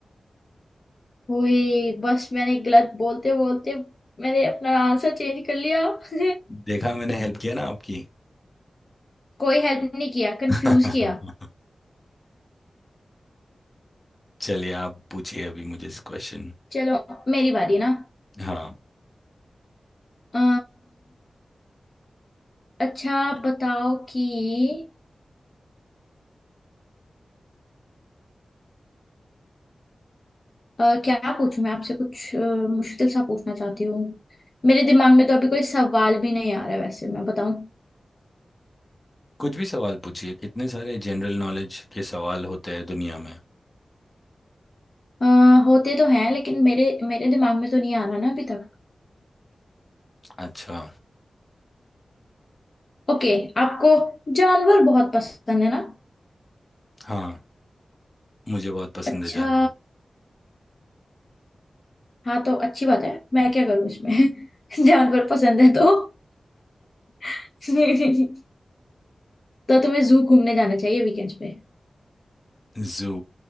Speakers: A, on the left; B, on the left.
A: ओए बस मैंने गलत बोलते बोलते मैंने अपना आंसर चेंज कर लिया <laughs>
B: देखा मैंने हेल्प किया ना आपकी
A: कोई हेल्प नहीं किया कंफ्यूज
B: <laughs>
A: किया
B: चलिए आप पूछिए अभी मुझे इस क्वेश्चन
A: चलो मेरी बारी ना
B: हाँ
A: अ, अच्छा बताओ कि अ, क्या पूछूं मैं आपसे कुछ अ, मुश्किल सा पूछना चाहती हूँ मेरे दिमाग में तो अभी कोई सवाल भी नहीं आ रहा है वैसे मैं बताऊं
B: कुछ भी सवाल पूछिए इतने सारे जनरल नॉलेज के सवाल होते हैं दुनिया में
A: अ, होते तो हैं लेकिन मेरे मेरे दिमाग में तो नहीं आ रहा ना अभी तक
B: अच्छा
A: ओके आपको जानवर बहुत पसंद है ना
B: हाँ मुझे बहुत पसंद
A: अच्छा
B: है जानवर
A: हाँ तो अच्छी बात है मैं क्या करूं इसमें <laughs> जानवर पसंद है तो <laughs> तो तुम्हें जू घूमने जाना चाहिए वीकेंड्स पे
B: <laughs> जू